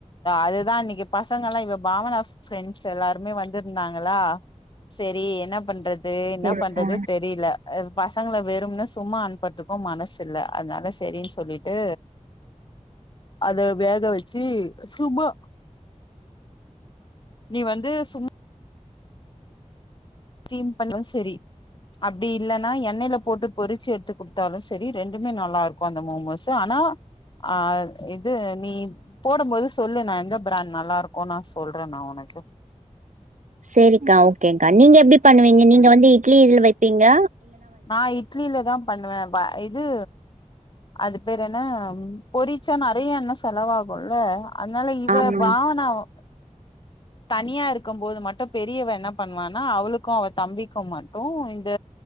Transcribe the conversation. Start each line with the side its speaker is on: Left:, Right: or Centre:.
Left: அதுதா இன்னி இங்க பசங்கல்லா இவ பாவநாச ஃப்ரண்ட்ஸ் எல்லாருமே வந்திருந்தாங்களா சரி என்ன பண்றது து என்ன
Right: செரிக்கா
Left: பண்றது தெரில அ பசங்கள வெறும்னு சும்மா அனுப்புறதுக்கு மனசு இல்ல அதுனால சரின்னு சொல்லிட்டு அத வேக வச்சு சும்மா நீ வந்து சும் ஸ்டீம் பண்ணுவ சரி அப்டி இல்லன்னா எண்ணேல போட்டு பொறுச்சு எ எத்து குடுத்தாலும் சரி ரெண்டுமே நல்லா இருக்கு அந்த மோமோஸு ஆனா அ இது நீ போடும் போது சொல்லு நா எந்த பிராண்ட் நல்லா இருக்கு நா சொல்றே நா ஒனக்கு
Right: சேரிக்கா ஓ கேங்க்கா நீங்க எப்டி பண்ணுவீங்க நீங்க வந்து இட்லி இதுல வைப்பீங்ளா
Left: நா இட்லில தா பண்ணுவே ப இது அது பேரு என்ன பொரிச்சா நறைய எண்ண செலவாகுல்ல அதனால இவ
Right: ஆமா
Left: பாவனாவு தனியா இருக்கம் போது மட்டு பெரியவ என்ன பண்வானா அவுளுக்கு அவ தம்பிக்கு மட்டு இந்த